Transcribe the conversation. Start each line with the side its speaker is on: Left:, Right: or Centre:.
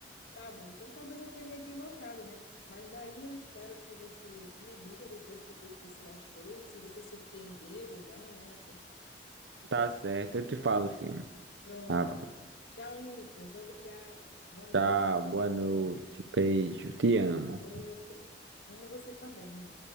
Left: Tá bom, então talvez eu tenha me equivocado, né? Mas daí eu espero que você me diga depois o que foi que você achou, se você surpreendeu ou não, né? Até.
Right: Tá certo, eu te falo
Left: Tá bom.
Right: sim.
Left: Pronto.
Right: Tá bom.
Left: Tchau, Lucas. Obrigado. Boa noite.
Right: Tá, boa noite. Beijo, te amo.
Left: Outro. Amo você também.